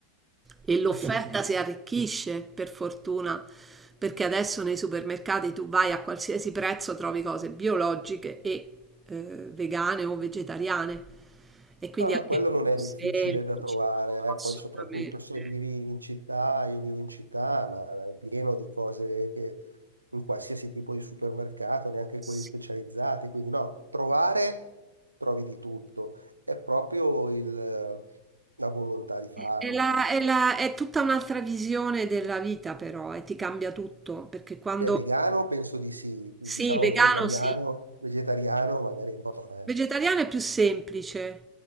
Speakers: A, on the right; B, on the right.
A: e l'offerta
B: Eh sì.
A: si arricchisce per fortuna perché adesso nei supermercati tu vai a qualsiasi prezzo trovi cose biologiche e eh, vegane o vegetariane e quindi
B: No, no,
A: anche
B: quello non è
A: più semplici
B: difficile da trovare,
A: No,
B: eh.
A: assolutamente.
B: Poi soprattutto se vivi in città, io vivo in città, ma è pieno di cose che in qualsiasi tipo di supermercato, neanche
A: Sì.
B: quelli specializzati, quindi no, trovare trovi di tutto, è proprio il- la volontà di farlo,
A: è, la-
B: ecco.
A: è la- è tutta un'altra visione della vita però e ti cambia tutto perché quando
B: Beh, vegano penso di sì, diciamo
A: sì, vegano
B: vegetariano,
A: sì
B: vegetariano magari no, eh.
A: Vegetariana è più semplice,